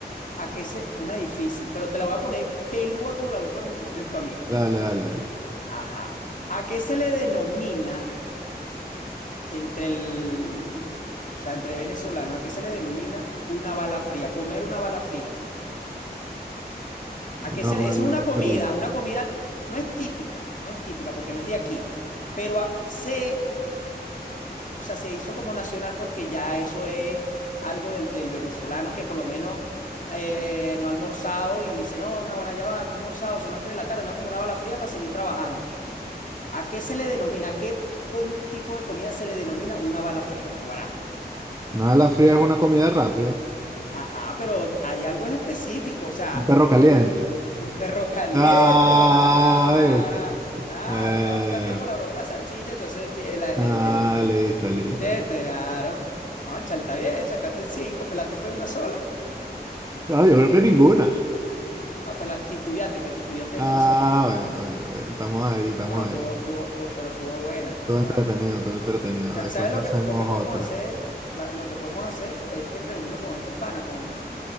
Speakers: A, on the left; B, on the right.
A: ¿A qué se...? Una difícil, pero te la voy a poner pelúa como la última que me pusiste tú a mí.
B: Dale, dale, dale.
A: Ajá. ¿A qué se le denomina entre el... O sea, entre venezolano, ¿a qué se le denomina una bala fría? Comer una bala fría. ¿A qué
B: Una
A: se le...?
B: bala
A: Eso es una comida,
B: fría.
A: una comida no es típica, no es típica porque no es de aquí, pero a- se o sea, se hizo como nacional porque ya eso es algo del, del venezolano que por lo menos eh, no ha almorzado y dice, no, ahora ya va, no he almorzado, son las 3 de la tarde, me voy como una bala fría para seguir trabajando. ¿A qué se le denomina? ¿A qué com- tipo de comida se le denomina una bala fría, Naguará?
B: Una bala fría es una comida rápida.
A: Ajá, pero hay algo en específico, o sea,
B: Un perro caliente.
A: un perro caliente,
B: Ah,
A: papá, Naguará.
B: ¿viste?
A: Claro,
B: Eh,
A: una balita fría por la broma de la salchicha, eso hace el, el, el,
B: ah,
A: el-
B: listo, listo,
A: ¿entiendes?
B: listo.
A: Claro. Cónchale, está bien, sacaste cinco, pelaste fue una sola.
B: No, yo creo que ninguna.
A: No, pero la, titubeaste, pero titubeaste
B: Ah,
A: en una sola.
B: bueno, bueno, bueno, estamos ahí, estamos
A: No, pero
B: ahí.
A: tuvo, tuvo, tu- pero tuvo buena, tuvo
B: Todo entretenido,
A: buena.
B: todo entretenido.
A: Ta-
B: Después
A: ¿Sabes lo
B: hacemos
A: que, lo que podemos
B: otra.
A: hacer? La- lo que podemos hacer es que reunirnos con estos panas, con,